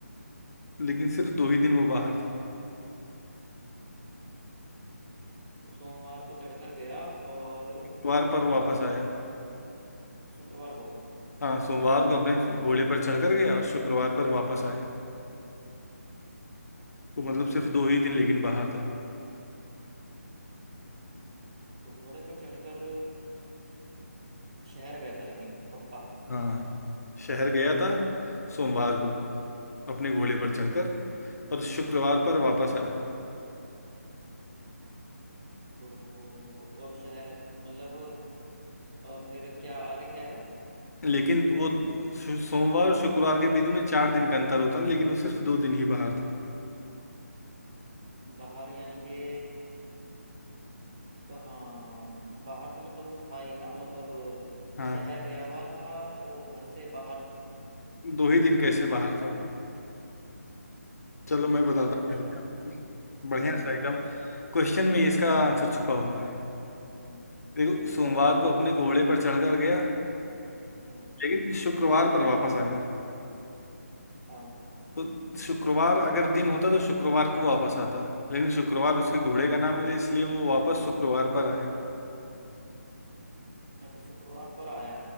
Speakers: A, on the left (about 75°); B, on the right (about 20°).
A: लेकिन सिर्फ दो ही दिन वो बाहर था
B: तो सोमवार को चढ़कर गया और
A: शुक्रवार पर वापस आया
B: शुक्रवार को
A: हाँ सोमवार को अपने घोड़े पर चढ़कर गया और शुक्रवार पर वापस आया तो मतलब सिर्फ दो ही दिन लेकिन बाहर था
B: तो घोड़े पर चढ़कर शहर गया था लेकिन पक्का
A: हाँ शहर गया था सोमवार
B: हम्म
A: को अपने घोड़े पर चढ़कर और शुक्रवार पर वापस आया
B: तो और शहर मतलब अ, फिर क्या आगे क्या है
A: लेकिन वो सो- सोमवार और शुक्रवार के बीच में चार दिन का अंतर होता है लेकिन वो सिर्फ दो दिन ही बाहर था
B: बाहर यानी कि हाँ बाहर तो मतलब वो था ही ना मतलब
A: हाँ
B: शहर गया हुआ था तो घर से बाहर
A: दो ही दिन कैसे बाहर था वो चलो मैं बताता
B: अच्छा
A: हूँ यार इसका आंसर बढ़िया
B: हम्म
A: सा एकदम क्वेश्चन में ही इसका आंसर छुपा हुआ है
B: हम्म
A: देखो सोमवार को अपने घोड़े पर चढ़कर गया
B: हम्म
A: लेकिन शुक्रवार पर वापस आया
B: हाँ
A: तो शुक्रवार अगर दिन होता तो शुक्रवार को वापस आता लेकिन शुक्रवार उसके घोड़े का नाम है इसलिए वो वापस शुक्रवार पर आया
B: अच्छा शुक्रवार पर आया